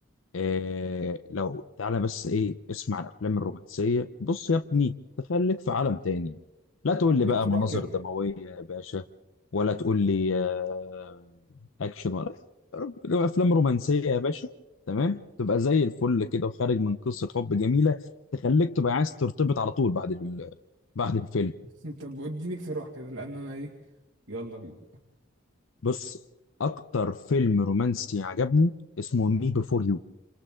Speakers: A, on the left; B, on the right.
A: إيه لو تعالى بس ايه اسمع الافلام الرومانسيه بص يا ابني تخليك في عالم تاني لا تقول
B: اديني
A: لي بقى
B: اقتراح
A: مناظر
B: كده
A: دمويه يا باشا ولا تقول لي آه، اكشن ولا رو- افلام رومانسيه يا باشا تمام تبقى زي الفل كده وخارج من قصه حب جميله تخليك تبقى عايز ترتبط على طول بعد ال... بعد الفيلم
B: <laughs> طب اديني اقتراح كده لان انا ايه يلا بينا
A: بص اكتر فيلم رومانسي عجبني اسمه مي بيفور يو